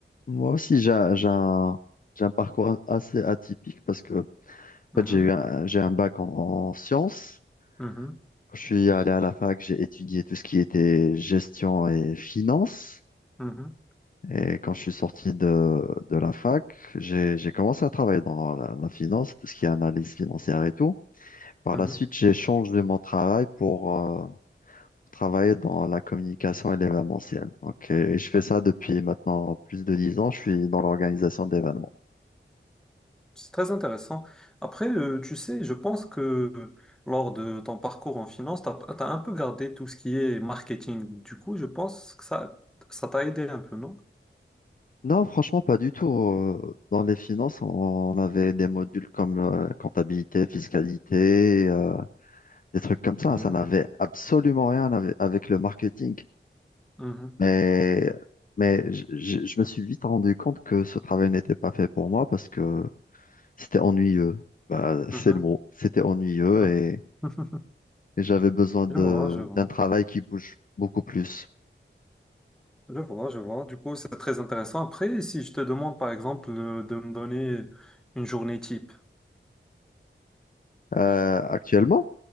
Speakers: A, on the left; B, in the centre.
A: moi aussi, j'ai, un, j'ai un j'ai un parcours assez atypique parce que en
B: Mhm,
A: fait, j'ai eu un, j'ai un bac en, en sciences.
B: mhm,
A: Quand je suis allé à la fac, j'ai étudié tout ce qui était gestion et finance.
B: mhm,
A: Et quand je suis sorti de, de la fac, j'ai, j'ai commencé à travailler dans la, la finance, tout ce qui est analyse financière et tout. Par
B: mhm.
A: la suite, j'ai changé mon travail pour euh, travailler dans la communication et l'événementiel. Donc, et je fais ça depuis maintenant plus de 10 ans. Je suis dans l'organisation d'événements.
B: C'est très intéressant. Après, euh, tu sais, je pense que lors de ton parcours en finance, tu as, un peu gardé tout ce qui est marketing. Du coup, je pense que ça, ça t'a aidé un peu, non?
A: Non, franchement, pas du tout. Euh, Dans les finances, on avait des modules comme euh, comptabilité, fiscalité, euh, des trucs comme ça.
B: Mhm,
A: Ça n'avait absolument rien avec avec le marketing.
B: mhm,
A: Mais, mais je, je- je me suis vite rendu compte que ce travail n'était pas fait pour moi parce que c'était ennuyeux. Bah,
B: mhm,
A: c'est le mot. C'était ennuyeux
B: mhm.
A: et,
B: <laughs>
A: et j'avais besoin de,
B: Je vois, je vois.
A: d'un travail qui bouge beaucoup plus.
B: Je vois, je vois. Du coup, c'est très intéressant. Après, si je te demande, par exemple, euh, de me donner une journée type.
A: Euh, actuellement,